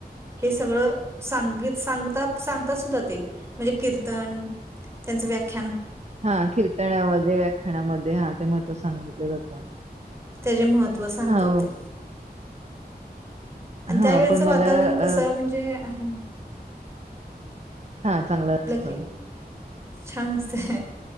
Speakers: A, on the right (about 15°); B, on the right (about 40°).
A: हे सगळ सांगित सांगतात सांगतात सुद्धा ते म्हणजे कीर्तन त्यांच व्याख्या
B: हा कीर्तनामध्ये व्याख्यानामध्ये हा ते महत्व सांगितलं जातं.
A: त्याचे महत्त्व सांगतात
B: हा
A: ते आणि
B: हा
A: त्यावेेळेच
B: पण
A: वातावरण
B: मला अ
A: कसं म्हणजे ह
B: हा चांगलं असत.
A: की छान असते.